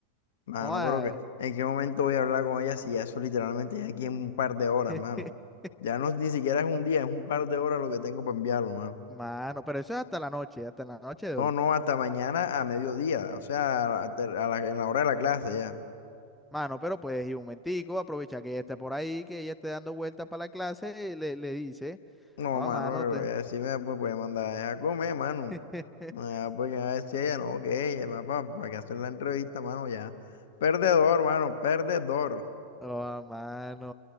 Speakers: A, on the left; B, in the centre.
A: Mano,
B: Joa,
A: pero que, ¿en qué momento voy a hablar con ella si ya eso literalmente ya aquí en un par de horas, mano?
B: <laughs>
A: Ya no, ni siquiera es un día, es un par de horas lo que tengo para enviarlo, mano.
B: mano, pero eso es hasta la noche, hasta la noche de
A: No,
B: hoy.
A: no, hasta mañana a mediodía, o sea, a la- a la- en la hora de la clase ya.
B: Mano, pero puedes ir un momentico, aprovechar que ella está por ahí, que ella esté dando vueltas para la clase y le, le dice,
A: No,
B: oh,
A: mano,
B: mano,
A: pero
B: te...
A: ella sí me, me puede mandar a ella a comer, mano.
B: <laughs>
A: Ah, porque a decir ella, no, que ella, papá, para que hacer la entrevista, mano, ya. Perdedor, mano, perdedor.
B: Oh, mano.